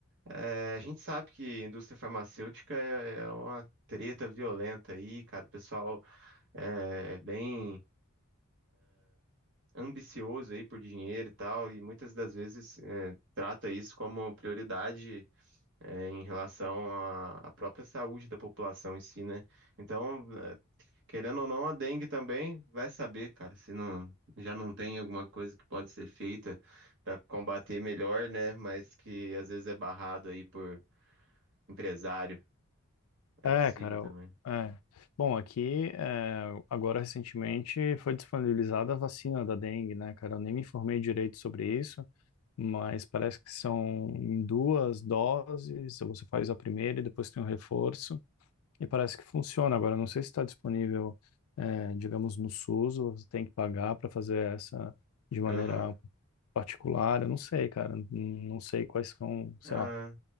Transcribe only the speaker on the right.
é, a gente sabe que indústria farmacêutica é, é uma treta violenta aí, cara. O pessoal é bem ambicioso aí por dinheiro e tal, e muitas das vezes é, trata isso como prioridade é, em relação à, à própria saúde da população em si, né? Então, é, querendo ou não, a dengue também vai saber, cara, se não já não tem alguma coisa que pode ser feita para combater melhor, né? Mas que às vezes é barrado aí por empresário, é
possível
também.
Aham.
Ah,